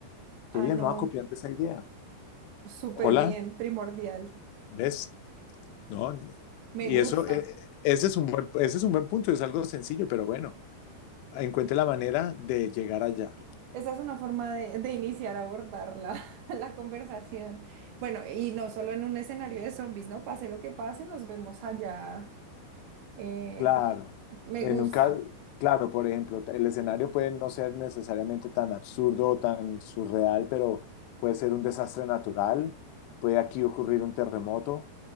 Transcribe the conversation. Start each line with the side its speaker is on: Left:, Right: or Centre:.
Right: Ah,
Left: qué bien,
Right: no,
Left: me voy a copiar de esa idea.
Right: súper
Left: Hola,
Right: bien, primordial.
Left: ¿ves? No,
Right: Me
Left: y
Right: gusta.
Left: eso, eh, ese es un buen, ese es un buen punto, es algo sencillo, pero bueno, encuentre la manera de llegar allá.
Right: Esa es una forma de, de iniciar a abordar la, <laughs> la conversación. Bueno, y no solo en un escenario de zombies, ¿no? Pase lo que pase, nos vemos allá. Eh,
Left: Claro,
Right: uf, me
Left: en
Right: gusta.
Left: un ca- claro, por ejemplo, el escenario puede no ser necesariamente tan absurdo o tan surreal, pero puede ser un desastre natural, puede aquí ocurrir un terremoto,